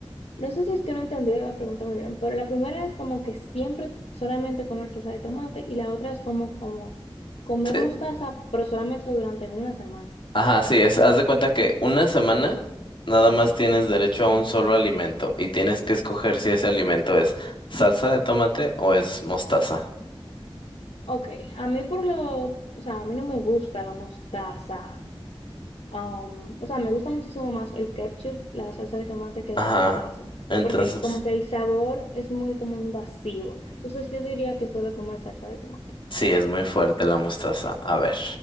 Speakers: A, on the left; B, on the left.
A: no sé si es que no entendí la pregunta muy bien, pero la primera es como que siempre t- solamente comer salsa de tomate y la otra es como, como comer
B: Sí.
A: mostaza, pero solamente durante una semana.
B: Ajá, sí, es, haz de cuenta que una semana nada más tienes derecho a un solo alimento y tienes que escoger si ese alimento es salsa de tomate o es mostaza.
A: Ok, a mí por lo, o sea, a mí no me gusta la mostaza Um, o sea, me gusta muchísimo más el ketchup, la salsa de tomate que la
B: Ajá,
A: mostaza,
B: entonces
A: porque como que el sabor es muy como invasivo. Entonces yo diría que solo comer salsa de tomate.
B: sí, es
A: Sí,
B: muy fuerte la mostaza. A ver,